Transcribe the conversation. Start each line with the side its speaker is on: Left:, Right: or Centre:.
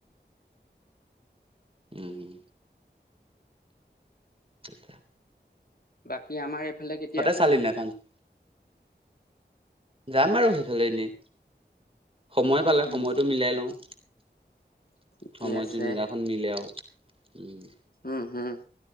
Right: উম হম চাহ খালা
Left: বাকী আমাৰ এইফালে কেতিয়া অহা
Right: চালি
Left: হ'ব
Right: নাই ফাংচন যাম আৰু সেইফালে এনেই সময় পালে
Left: উম,
Right: সময়টো মিলাই লওঁ
Left: ঠিকে
Right: সময়
Left: আছে
Right: জোনদিনাখন মিলে আৰু উম
Left: উম হম